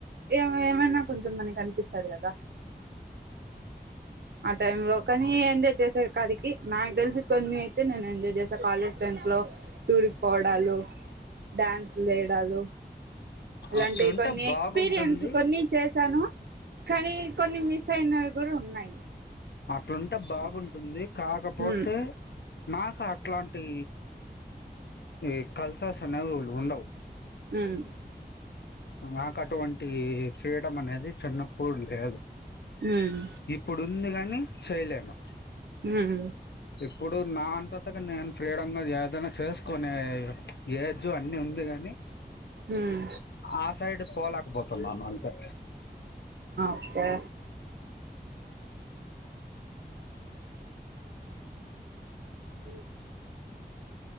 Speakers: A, on the right; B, on the left.
A: ఏమ ఏమైనా కొంచెం మనకి అనిపిస్తాది కదా అంటే ఒకనీ ఏందే చేస్ స కదికి నాకు తెలిసి కొన్ని అయితే నేను ఎంజాయ్ చేసాను కాలేజ్ ట్రైంస్ లో టూర్కి పోవడాలు డ్యాన్స్ లేయడాలు అలాంటివి
B: అట్లుంటే
A: కొన్ని
B: బాగుంటుంది
A: ఎక్స్పీరియన్స్ కొన్ని చేసాను కానీ కొన్ని మిస్ అయినవి కూడా ఉన్నాయి
B: అట్లుంటే బాగుంటుంది కాకపోతే
A: ఉమ్
B: మాకు అట్లాంటి ఈ కల్సర్స్ అనేవిు ఉండవు
A: మ్మ్
B: మాకటువన్ టి ఫ్రీడమ్ అనేది చిన్నప్పుడు లేదు
A: ఉమ్
B: ఇప్పుడు ఉంది కాని చేయలేను
A: హహ
B: ఇప్పుడు నా అంతతగా నేను ఫ్రీడ ఏదైనా చేసుకునే ఏజ్ అన్ని ఉంది కాగాని
A: ఉమ్
B: ఆ సైడ్ పోలేకపోతున్నాను అంతే
A: ఓకే ఈ